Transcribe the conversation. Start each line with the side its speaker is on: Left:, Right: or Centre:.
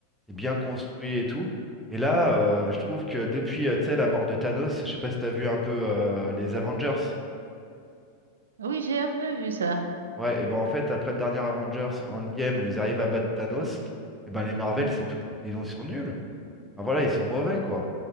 Centre: C'est bien construit et tout. Et là, euh, je trouve que depuis, euh, tu sais, la mort de Thanos, je sais pas si t'as vu un peu euh, les Avengers.
Right: Oui, j'ai un peu vu ça.
Centre: Ouais, et ben en fait, après le dernier Avengers Endgame où ils arrivent à battre Thanos, et ben les Marvel, c'est tout, ils ont- ils sont nuls. Enfin, voilà, ils sont mauvais quoi.